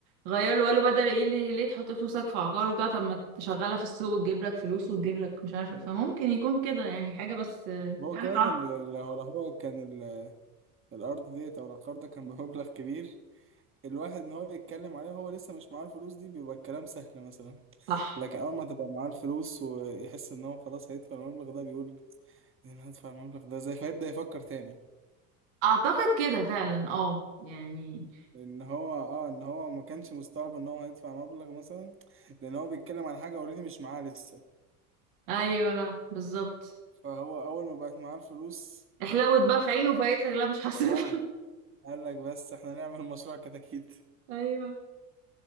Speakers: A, on the right; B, on the right.
A: غير له قالوا بدل ايه اللي ليه تحط فلوسك في عقار وبتاع طب ما تشغلها في السوق وتجيب لك فلوس وتجيب لك مش عارفه فممكن يكون كده يعني حاجه بس آه،
B: هو
A: حاجه
B: كمان
A: تعرف
B: ال- ال- هو هو كان ال- الأرض ديت أو العقار ده كان <laughs> بمبلغ كبير الواحد إن هو يتكلم عليه وهو لسه مش معاه الفلوس دي بيبقى الكلام سهل مثلا
A: صح
B: لكن أول ما تبقى معاه الفلوس ويحس إن هو خلاص هيدفع المبلغ ده بيقول يعني هدفع المبلغ ده ازاي فيبدأ يفكر تاني
A: اعتقد كده فعلا اه يعني
B: ان هو اه ان هو ما كانش مستوعب ان هو هيدفع مبلغ مثلا لان هو بيتكلم عن حاجه اوريدي مش معاه لسه
A: ايوه بالظبط
B: فهو اول ما بقت معاه الفلوس
A: احلوت بقى في عينه وفايت لك لا مش هصرف
B: اه قال لك بس احنا نعمل مشروع كتاكيت
A: <laughs> ايوه